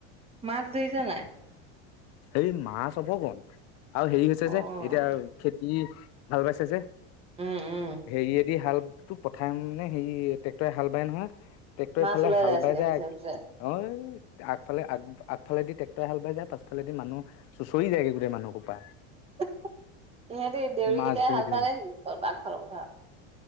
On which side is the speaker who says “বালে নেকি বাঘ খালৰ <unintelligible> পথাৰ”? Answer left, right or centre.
Right